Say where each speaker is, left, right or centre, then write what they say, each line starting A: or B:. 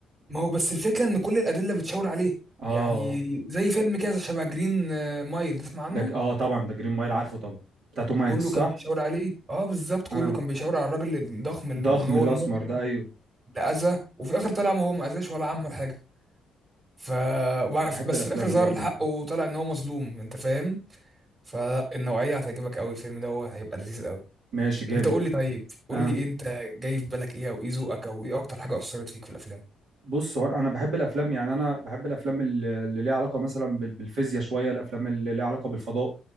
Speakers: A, on the right; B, on the right.
A: ما هو بس الفكره ان كل الادله بتشاور عليه
B: اه
A: يعني زي فيلم كده شبه جرين آه، مايل تسمع عنه
B: ده ج- اه طبعا ده جرين مايل عارفه طبعا بتاع توم هانكس
A: كله كان
B: صح
A: بيشاور عليه اه بالظبط كله
B: اه
A: كان بيشاور على الراجل الضخم ال-
B: الضخم
A: ان هو
B: الاسمر
A: المجرم
B: ده ايوه
A: اللي اذى وفي الاخر طلع ما هو ما اذاش ولا عمل حاجه ف وبعد-
B: بحب
A: بس
B: الافلام
A: في الاخر ظهر
B: دي عموما
A: الحق وطلع ان هو مظلوم انت فاهم فالنوعيه هتعجبك قوي الفيلم ده هو هيبقى لذيذ قوي
B: ماشي جامد
A: انت قول لي طيب قول
B: اه
A: لي انت جاي في بالك ايه او ايه ذوقك او ايه اكتر حاجه اثرت فيك في الافلام
B: بص هو انا بحب الافلام يعني انا بحب الافلام اللي اللي ليها علاقه مثلا بال- بالفيزياء شويه الافلام اللي ليها علاقه بالفضاء